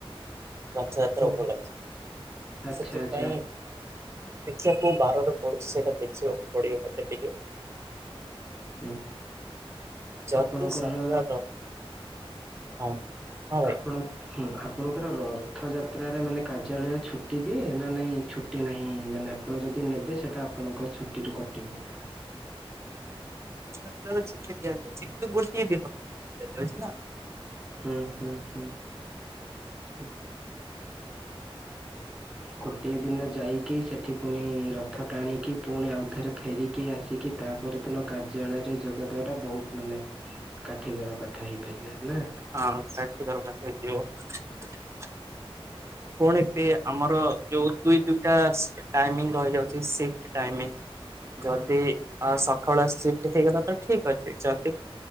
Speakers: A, on the right; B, in the centre.
A: ରଥଯାତ୍ରା
B: ଓ
A: ଉପଲକ୍ଷ
B: ଆଚ୍ଛା
A: ସେଥିପାଇଁ
B: ଆଚ୍ଛା
A: ଦେଖିବା କଉବାରରେ ପଡୁଛି ସେଟା ଦେଖିବାକୁ ପଡିବ ମତେ ଟିକେ।
B: ହୁଁ।
A: ଯଦି
B: ଆପଣଙ୍କର
A: ଶନିବାର ହଁ ହଁ ଭାଇ
B: ଆପଣ ହୁଁ ଆପଣଙ୍କର ରଥଯାତ୍ରାରେ ମାନେ କାର୍ଯ୍ୟାଳୟ ଛୁଟି ଦିଏ ନା ନାହିଁ ଛୁଟି ନାହିଁ ମାନେ ଆପଣ ଯଦି ନେବେ ସେଟା ଆପଣଙ୍କ ଛୁଟିରୁୁ କଟିବ।
A: ରଥଯାତ୍ରାରେ ଛୁଟି ଦିଆଯାଇଛି କିନ୍ତୁ ଗୋଟିଏ ଦିନ ଦିବାଝଛି ନା।
B: ହୁଁ ହୁଁ ହଁ ହଁ। ଗୋଟିଏ ଦିନ ଯାଇକି ସେଠି ପୁଣି ରଥ ଟାଣିକି ପୁଣି ଆଉଥରେ ଫେରିକି ଆସିକି ତାପର ଦିନ କାର୍ଯ୍ୟାଳୟରେ ଯୋଗଦେବାଟା ବହୁତ ମାନେ କାଠିିକର ପାଠ ହେଇପାରିଲେ ନା?
A: ହଁ କାଠୀକର ପାଠ ହେଇଥିବ। ପୁଣି ପିଏ ଆମର ଯୋଉ ଦୁଇ ଦୁଇଟା ଟାଇମିଂ ରହିଯାଉଛି ସିଫ୍ ଟାଇମିଂ। ଯଦି ଆ ସକାଳୁଆ ସିଫ୍ଟ ହେଇଗଲା ତ ଠିକ ଅଛି। ସେ ଯଦି